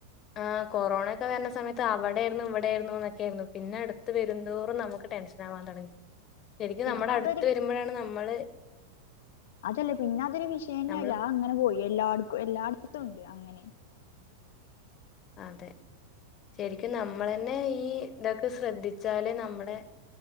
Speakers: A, on the left (about 30°); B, on the left (about 55°).
A: ആ കൊറോണ ഒക്കെ വരണ സമയത്ത് അവിടെ ആയിരുന്നു ഇവിടെയായിരുന്നു എന്നൊക്കെ ആയിരുന്നു പിന്നെ അടുത്ത് വെരും ന്തോറും നമുക്ക് ടെൻഷൻ ആവാൻ തൊടങ്ങി. ശരിക്കും
B: പിന്നെ
A: നമ്മുടെ
B: അതൊരു
A: അടുത്ത് വരുമ്പോഴാണ് നമ്മള്
B: അതല്ലേ പിന്നെ അതൊരു വിഷയന്നെ
A: നമ്മള്
B: അല്ല അങ്ങനെ പോയി എല്ലാട് എല്ലായിടത്ത്തും ഉണ്ട് അങ്ങനെ
A: അതെ ശരിക്കും നമ്മളെന്നെ ഈ ഇതൊക്കെ ശ്രദ്ധിച്ചാലെ നമ്മടെ